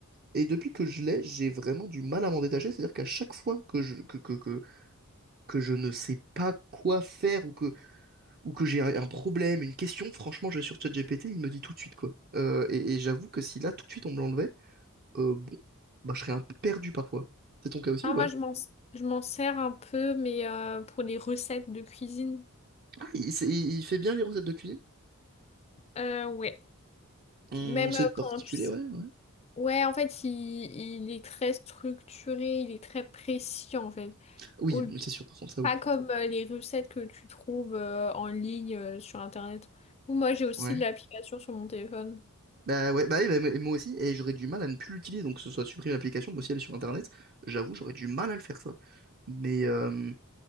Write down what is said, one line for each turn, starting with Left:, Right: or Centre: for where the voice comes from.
Right: et depuis que je l'ai, j'ai vraiment du mal à m'en détacher, c'est-à-dire qu'à chaque fois que je, que, que, que, que je ne sais pas quoi faire, ou que, ou que j'ai un un problème, une question, franchement, je vais sur ChatGPT, il me dit tout de suite, quoi. Euh, et et j'avoue que si là, tout de suite, on me l'enlevait, euh, bon, bah, je serais un peu perdu parfois. C'est ton cas aussi
Left: Ah,
Right: ou pas?
Left: moi, je m'en, je m'en sers un peu, mais euh, pour les recettes de cuisine.
Right: Ah, il, c'est- il il fait bien les recettes de cuisine.
Left: Euh, ouais.
Right: Hum,
Left: Même
Right: c'est
Left: euh,
Right: particulier,
Left: quand tu sais.
Right: ouais, ouais.
Left: Ouais, en fait, il, il est très structuré, il est très précis, en fait.
Right: Oui,
Left: Au-
Right: oui, c'est sûr, par contre, ça,
Left: pas
Right: oui.
Left: comme euh, les recettes que tu trouves euh, en ligne euh, sur Internet. Ou moi, j'ai aussi
Right: Ouais.
Left: l'application sur mon téléphone.
Right: Bah ouais, bah, oui, bah, moi moi aussi, et j'aurais du mal à ne plus l'utiliser, donc que ce soit supprimer l'application, mais aussi aller sur Internet, j'avoue, j'aurais du mal à le faire, ça. Mais, euh,